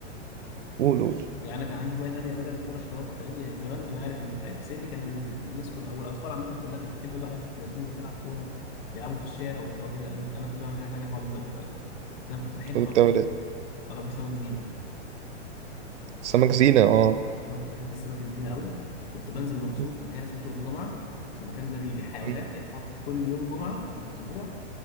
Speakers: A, on the right; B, on the left.
A: قول قول
B: يعني انا كان عندي هوايه تانيه بدل الكوره الشراب والحاجات دي يعني زمان انا عارف ان في في سني كان ال- الناس كلها او الاطفال عامه كلها كانت بتحب بقى ت- تنزل تلعب كوره بيلعبوا في الشارع وبتاع وكده انا أنا كنت بعمل حاجه تانيه خالص بقى مختلفه انا كنت بحب
A: كنت بتعمل إيه؟
B: اربي سمك زينه
A: سمك زينة أه
B: انا كنت بحب السمك الزينه قوي كنت بنزل مخصوص
A: م-
B: مكان اسمه سوق الجمعه المكان ده بيبيع حيوانات
A: م.
B: يعني هو كل يوم جمعه في الاسبوع